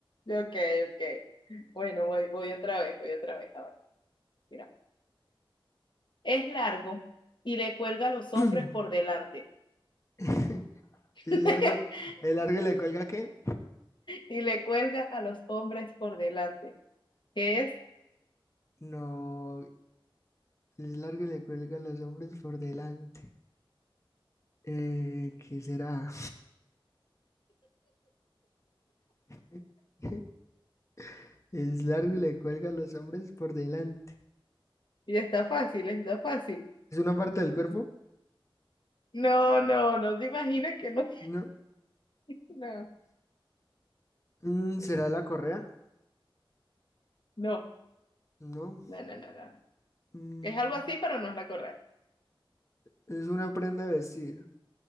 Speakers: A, on the left; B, on the left.
A: Ok, ok. Bueno, voy, voy otra vez, voy otra vez. Ahora, mira. Es largo y le cuelga a los hombres
B: <laughs>
A: por delante.
B: <clears throat> El
A: <laughs>
B: largo, el largo le cuelga qué?
A: Y le cuelga a los hombres por delante. ¿Qué es?
B: No, el largo le cuelga a los hombres por delante. Eh, ¿qué será? <laughs> Es largo y le cuelga a los hombres por delante.
A: Y está fácil, está fácil.
B: ¿Es una parte del cuerpo?
A: No, no, no te imaginas que no.
B: No.
A: <laughs>
B: Mm, ¿será la correa?
A: No, no,
B: No.
A: no, no, no, no.
B: Mm,
A: Es algo así, pero no es la correcta.
B: es una prenda de vestir.